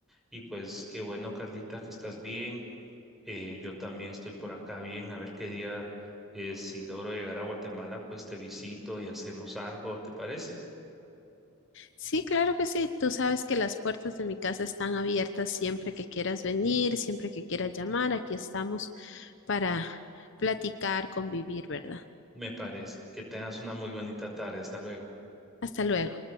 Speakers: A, in the centre; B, on the left.
A: y pues qué bueno, Carlita, que estás bien. Eh, yo también estoy por acá bien, a ver qué día, eh, si logro llegar a Guatemala, pues te visito y hacemos algo, ¿te parece?
B: Sí, claro que sí. Tú sabes que las puertas de mi casa están abiertas siempre que quieras venir, siempre que quieras llamar. Aquí estamos para platicar, convivir, ¿verdad?
A: Me parece. Que tengas una muy bonita tarde. Hasta luego.
B: Hasta luego.